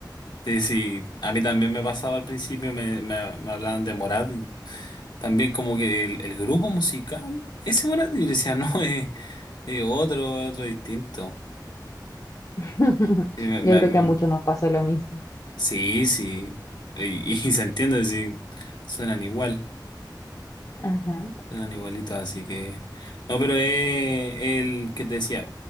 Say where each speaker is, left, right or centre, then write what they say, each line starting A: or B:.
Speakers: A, on the left; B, on the left.
A: Sí, sí, a mí también me pasaba al principio, me, me, me hablaban de Morad. y También como que el, el grupo musical, ese Morad, y yo decía, <laughs> no, eh, Y otro, otro distinto.
B: <laughs>
A: Sí, me- me-
B: Yo creo
A: me-
B: que a muchos nos pasó lo mismo.
A: sí. sí. Y, y <laughs> se entiende, sí. Suenan igual,
B: Ajá.
A: suenan igualitos, así que. No, pero es el que te decía,